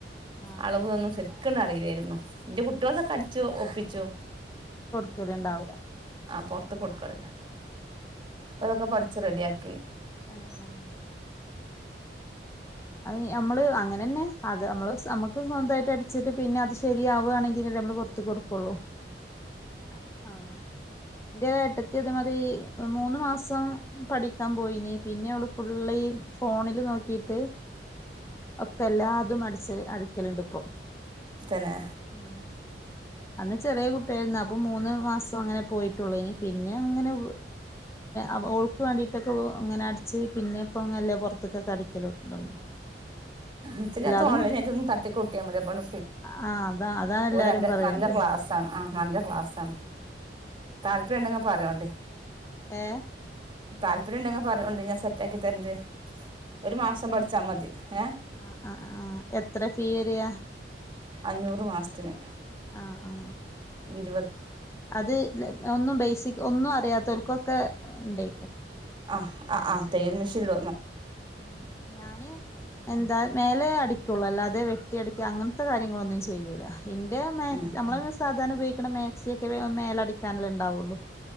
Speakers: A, on the left (about 15°); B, on the right (about 30°).
A: ആഹ്
B: അളവ് തന്നു <unintelligible> എനിക്കൊന്നും അറിയില്ലായിരുന്നു എന്റെ കുട്ടികളൊക്കെ അടിച്ചോ ഒപ്പിച്ചോ
A: കൂടെ ഉണ്ടാവില്ല
B: ആ പുറത്ത് കൊടുത്തു ഇപ്പൊ അതൊക്കെ പഠി ച്ച് റെഡിയാക്കി
A: ആ ആ അത് നമ്മള് അങ്ങനെ തന്നെ അത് നമ്മള് നമുക്ക് സ്വന്തമായിട്ട് അടിച്ചിട്ട് പിന്നെ അത് ശരിയാവുവാണെങ്കിൽ <unintelligible> പുറത്ത് കൊടുക്കൂള്ളൂ ആ എന്റെ ഏട്ടത്തി അതേ മാതിരി മൂന്ന് മാസം പഠിക്കാൻ പോയി പിന്നെ അവള് ഫുള്ള് ഈ ഫോണിൽ നോ ക്കീട്ട് ഒക്കെ എല്ലാതും അടിച്ചത് അടിക്കലുണ്ട് ഇപ്പൊ
B: തന്നെ
A: ആ അന്ന് ചെറിയ കുട്ടിയായിരുന്നു അപ്പൊ മൂന്ന് മാസം അങ്ങനെ പോയിട്ടുള്ളു ഇനി പിന്നെ അങ്ങനെ അവ ഓൾക്ക് വേണ്ടിട്ടൊക്കെ ഇങ്ങനെ അടിച്ച് പിന്നെ ഇപ്പ അങ്ങല്ലേ പുറത്തൊക്കെ അടിക്കലോ തുടങ്ങി
B: ഇതിനകത്ത്
A: എല്ലാതും
B: ഓൺലൈനായിട്ട് ഒന്ന് തട്ടിക്കൂട്ടിയാൽ മതി അപ്പം
A: ആ അതാ അതാണ് എല്ലാരും
B: <unintelligible>
A: പറയണത്
B: ക്ലാസാണ് ആ നല്ല ക്ലാസാണ് താല്പര്യം ഉണ്ടങ്കി പറയോണ്ട്
A: ഏ
B: താല്പര്യം ഉണ്ടെങ്കിൽ പറയോണ്ട് ഞാൻ സെറ്റാക്കി തരണുണ്ട് ഒരു മാസം പഠിച്ചാൽ മതി ഏ
A: ആ ആ ആ എത്ര ഫീ വരിയാ
B: അഞ്ഞൂറ് മാസത്തിന്
A: ആ ആ
B: ഇരുപത്
A: അത് ഒന്നും ബേസിക് ഒന്നും അറിയാത്തവർ ക്കൊക്കെ ഉണ്ടേ
B: ആഹ് ആ് ആ തയ്യൽ മെഷീൻോ
A: ആ ഞാന് എന്താ മേലെ അടിക്കുള്ളു അല്ലാതെ വെട്ടി അടിക്കാ അ കാര്യങ്ങളൊന്നും ചെയ്യൂല ഇന്റെ
B: ആഹ്
A: നമ്മള സാധാരണ ഉപയോഗിക്കുന്ന മാക്സി ടക്സിയൊക്കെ മേലടിക്കാനല്ലേ ഉണ്ടാവുള്ളൂ